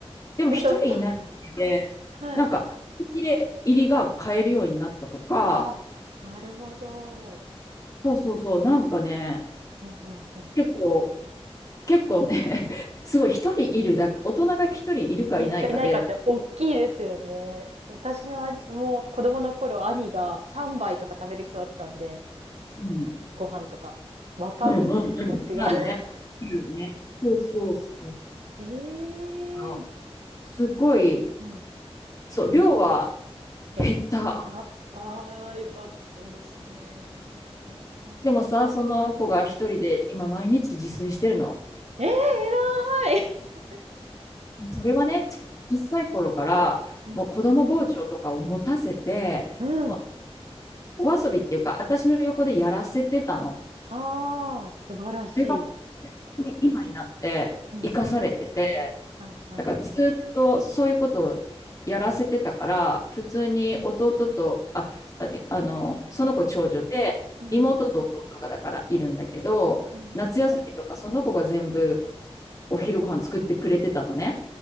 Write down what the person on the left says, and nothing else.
でも一人いないで、
なんか、切れ入りが買えるようになったとか、
そうそうそう、なんかね、
結構、結構ね、<laughs> すごい一人いるだけ、大人が一人いるかいないかで、
うん、
うんうんうんなるね。
いるね。そうそうそう。
あのすごい、
そう、量は減った。
でもさ、その子が一人で今毎日自炊してるの。
それはね、ち小さい頃から、
もう子供包丁とかを持たせて、
もお遊びっていうか、私の横でやらせてたの。
それが本当に今になって生かされてて、
だからずっとそういうことをやらせてたから、普通に弟と、あ、ああの、その子長女で、
妹と弟がだからいるんだけど、
夏休みとかその子が全部お昼ご飯作ってくれてたのね。